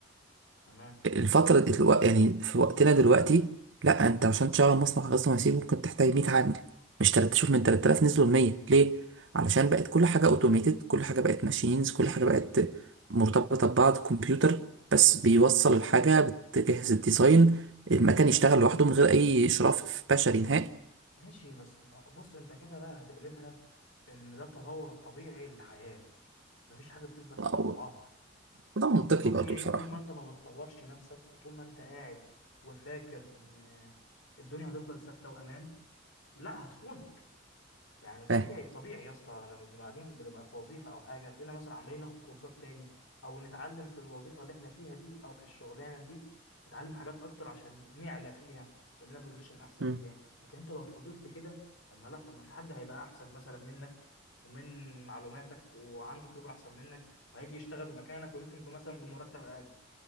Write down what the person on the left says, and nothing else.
تمام
ماشي بس ما- بص انت كده بقى هتقلبها ان ده التطور الطبيعي للحياة مفيش حاجة بتثبت على
وضعها
انت طبيعي
طول ما انت ما بتطورش نفسك وطول ما انت قاعد وفاكر ان الدنيا هتفضل ثابته وامان لا هتخونك يعني طبيعي
طبيعي يا اسطى لما بنبقى قاعدين بنبقى في وظيفه او حاجه تلاقينا مثلا عمالين ناخد كورسات تاني او نتعلم في الوظيفه اللي احنا فيها دي او في الشغلانه دي نتعلم حاجات اكتر عشان نعلى فيها يبقى لنا بوزيشن احسن
فيها لكن انت لو فضلت كده طب ما لا طب ما في حد هيبقى احسن مثلا منك ومن معلوماتك وعنده خبره احسن منك وهيجي يشتغل بمكانك ويمكن مثلا بمرتب اقل